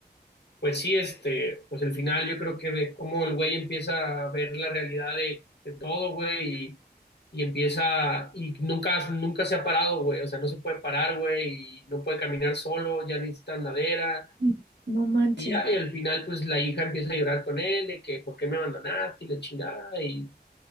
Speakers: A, on the left; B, on the right.
A: pues sí, este, pues el final yo creo que de cómo el güey empieza a ver la realidad de, de todo, güey, y, y empieza, y nunca, nunca se ha parado, güey, o sea, no se puede parar, güey, y no puede caminar solo, ya necesita andadera,
B: <laughs> No manches.
A: y ya, y al final, pues la hija empieza a llorar con él, de que, ¿por qué me abandonaste? Y la chingada, y